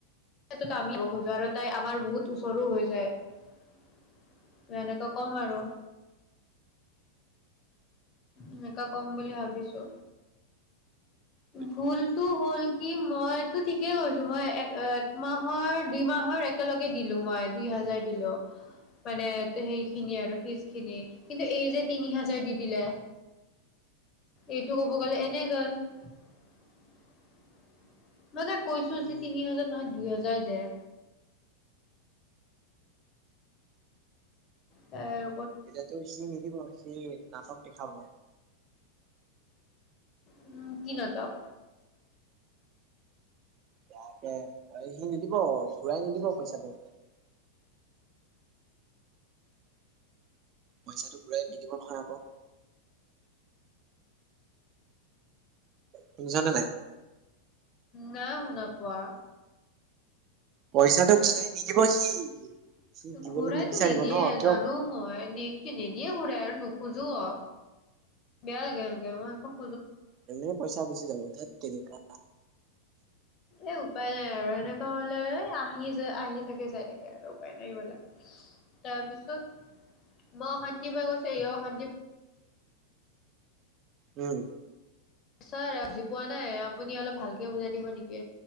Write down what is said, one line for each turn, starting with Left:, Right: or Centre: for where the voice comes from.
Left: সেইটোৱে ত আমি আহিব খোজো আৰু তাই আমাৰ বহুত ওচৰ ৰ হৈ যায় এনেকা। কম আৰু।
Right: অ'।
Left: এনেকা কম বুলি ভাবিছো।
Right: উম
Left: ভুলটো হ'ল কি। কি মই তো ঠিকেই কৰিছো মই একেটা। মাহৰ দুই মাহৰ একেলগে দিলো। মই দুই হাজাৰ দিলো। মানে সেইখিনি আৰু ফিছ খিনি, কিন্তু এই যে তিনি হাজাৰ দি দিলে। এইটো ক'ব গ'লে এনে গল। উম <unintelligible> মানে কৈছো
Right: উম
Left: যে তিনি হাজাৰ নহয় দুই হাজাৰ দেৰ এ
Right: এতিয়াতো সি নিদিব সেই নাটক দেখাব
Left: উম কি নাটক
Right: তাকে সি নিদিব ঘূৰাই নিদিব পইচাটো পইচাটো ঘুৰাই নিদিব নহয় আকৌ। শুনিছানে নাই?
Left: না শুনা পোৱা।
Right: পইচাটো ঘূৰাই নিদিব সি। সি দিবলৈ
Left: ঘুৰাইতো
Right: নিবিচাৰিব
Left: নিদিয়ে
Right: ন কিয়
Left: জানোঁ মই কি নিদিয়ে ঘূৰাই আৰু নুখো- খুজো অ বেয়া লাগে সেনেকে মই আকৌ।
Right: এনেই পইচা গুচি যাব তাত তেনে। অ
Left: এ উপায় নাই আৰু এনেকুৱা হ'লে আহি আহি থাকে যাই থাকে। আৰু উপায় নাই বলে তাৰ পিছত মই অশান্তি পাই গৈছোঁ এয়ও অশান্তি প-
Right: উম
Left: ছাৰ বুজি পোৱা নাই আপুনি অলপ ভালকে বুজাই দিব নেকি